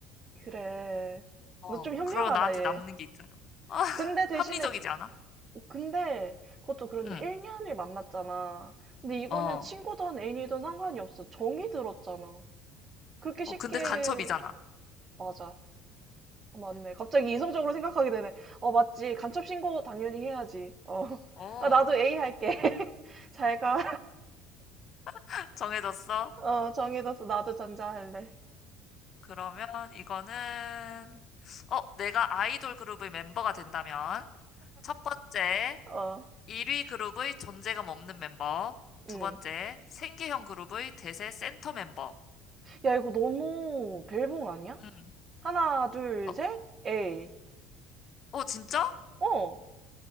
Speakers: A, on the right (about 30°); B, on the left (about 40°).
A: 그래.
B: 어,
A: 너 좀 현명하다,
B: 그러면 나한테
A: 얘.
B: 남는 게 있잖아. 아, <laughs>
A: 근데 대신에,
B: 합리적이지 않아?
A: 근데, 그것도 그런데
B: 응,
A: 1년을 만났잖아. 근데 이거는
B: 어.
A: 친구든 애인이든 상관이 없어. 정이 들었잖아. 그렇게 쉽게
B: 어, 근데 간첩이잖아.
A: 맞아. 어, 맞네. 갑자기 이성적으로 생각하게 되네. 어, 맞지. 간첩 신고 당연히 해야지. 어.
B: 어,
A: 아, 나도 A 할게. <laughs> 잘 가.
B: <laughs> 정해졌어?
A: 어, 정해뒀어. 나도 전자 할래.
B: 그러면 이거는, 어, 내가 아이돌 그룹의 멤버가 된다면, 첫 번째,
A: 어.
B: 1위 그룹의 존재감 없는 멤버.
A: 음.
B: 두 번째, 생계형 그룹의 대세 센터 멤버.
A: 야, 이거 너무 벨붕 아니야?
B: 음.
A: 하나, 둘,
B: 어,
A: 셋. A.
B: 어, 진짜?
A: 어.